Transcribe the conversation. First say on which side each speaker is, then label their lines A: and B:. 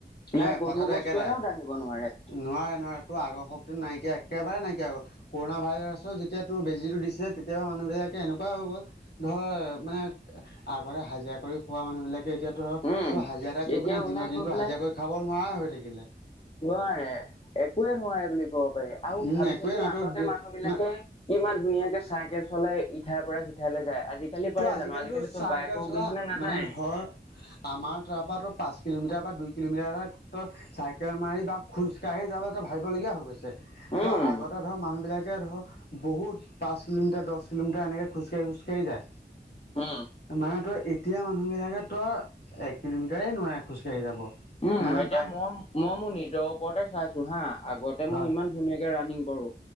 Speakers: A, on the left; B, on the left.
A: না,
B: এ কথাটো
A: গধুৰ বস্তু
B: একেটাই
A: এটাও দাঙিব নোৱাৰে।
B: নোৱাৰে নোৱাৰে টোৰ আগৰ শক্তি নাইকিয়া একেবাৰে নাইকিয় হৈ গল কৰোণা ভাইৰাছৰ যেতিয়া তোৰ বেজীটো দিছিলে, তেতিয়া‌ পাই মানুহবিলাকে এনেকুৱাই হৈ গ'ল। ধৰ মানে আগতে হাজিৰা কৰি খোৱা মানুহ বিলাকে এতিয়া ধৰ
A: উম
B: তোৰ হাজিৰা এটা
A: এতিয়া
B: মানে
A: ওলাই
B: দিনৰ
A: গৈ
B: দিনতো
A: পেলাই
B: হাজিৰা কৰি খাব নোৱাৰাই হৈ থাকিলে।
A: নোৱাৰে একোৱে নোৱাৰে বুলি ক'ব পাৰি আৰু
B: উম
A: ভাবিছাচোন
B: একোৱেই নাই তোৰ
A: আগতে মানুহ বিলাকে
B: মানে
A: ইমান ধুনীয়াকে চাইকেল চলাই ইঠাইৰ পৰা সিঠাইলৈ যায়। আজিকালি
B: তো
A: পাৰে
B: আজিকালি
A: জানো আজিকালিতো
B: তো চাইকেল
A: বাইকৰ অবিহনে
B: চলা
A: নাযায়
B: মানে ধৰ আমাৰ তাৰপা তোৰ পাঁচ কিলোমিটাৰ বা দুই কিলোমিটাৰ হয় ত চাইকেল মাৰি বা খোজকাঢ়ি যাবলে ভাবিৱ‌ লগীয়া হৈ গৈছে।
A: উম
B: ত আগতে ধৰ মানুহ বিলাকে ধৰ বহুত পাঁচ কিলোমিটাৰ, দহ কিলোমিটাৰ এনেকে খোজকাঢ়ি, খোজকাঢ়ি যায়।
A: উম।
B: মা তোৰ এতিয়া মানুহ বিলাকে তই এক কিলোমিটাৰেই নোৱাৰে খোজকাাঢ়ি যাব।
A: উম,
B: মানে
A: এতিয়া
B: বাইক
A: মই মই মোৰ নিজৰ ওপৰতে চাইছো হা আগতে
B: হয়
A: মই ইমান ধুনীয়াকে ৰাণিং কৰো